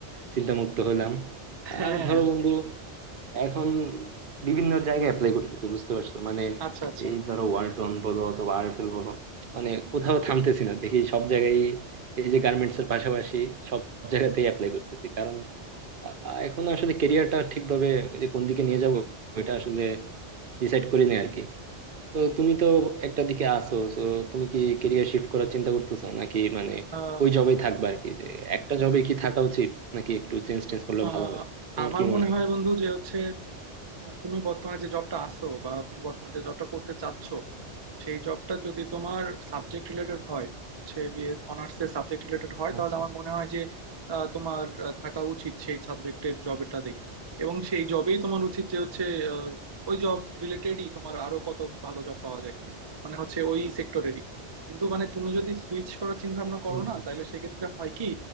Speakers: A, on the right; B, on the right.
A: চিন্তামুক্ত হলাম
B: হ্যাঁ
A: আর ধরো বন্ধু এখন বিভিন্ন জায়গায় অ্যাপ্লাই করতেছি বুঝতে পারছো মানে
B: আচ্ছা আচ্ছা
A: এই ধরো ওয়ালটন বলো অথবা আরএফএল বলো মানে কোথাও থামতেছি না দেখি সব জায়গায় এই যে গার্মেন্টস এর পাশাপাশি সব জায়গাতেই অ্যাপ্লাই করতেছি কারণ আহ, এখন আসলে কেরিয়ারটা ঠিকভাবে এই যে কোন দিকে নিয়ে যাবো এটা আসলে ডিসাইড করি না আর কি তো তুমি তো একটা দিকে আছো তো তুমি কি কেরিয়ার শিফট করার চিন্তা করতেছো নাকি মানে
B: আহ,
A: ওই জবেই থাকবে আর কি যে একটা জবে কি থাকা উচিত নাকি একটু চেঞ্জ টেঞ্জ করলে
B: আহ,
A: ভালো হয় তোমার
B: আমার
A: কি
B: মনে
A: মনে হয়
B: হয় বন্ধু যে হচ্ছে তুমি বর্তমানে যে জবটা আছো বা তুমি বর্তমানে যে জবটা করতে চাচ্ছ সেই জবটা যদি তোমার সাবজেক্ট রিলেটেড হয় হচ্ছে বিএ অনার্স এর সাবজেক্ট রিলেটেড হয় তাহলে
A: আচ্ছা
B: আমার মনে হয় যে আহ, তোমার আহ, থাকা উচিত সেই সাবজেক্টের জবটাতেই এবং সেই জবেই তোমার উচিত যে হচ্ছে আহ, ওই জব রিলেটেডই তোমার আরো কত ভালো জব পাওয়া যায় মানে হচ্ছে ওই সেক্টরেরই কিন্তু মানে তুমি যদি সুইচ করার চিন্তা ভাবনা করো
A: হুম
B: না
A: হুম
B: তাহলে সেক্ষেত্রে হয় কি